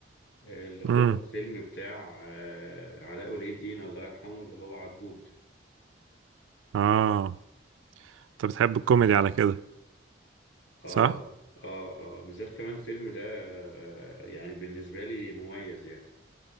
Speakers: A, on the left; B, on the right.
A: آه، اللي هو
B: امم
A: الفيلم بتاع آه، علاء ولي الدين الله يرحمه اللي هو عبود
B: اه انت بتحب الكوميدي على كده
A: اه
B: صح
A: اه اه بالذات كمان الفيلم ده آه، يعني بالنسبة لي مميز يعني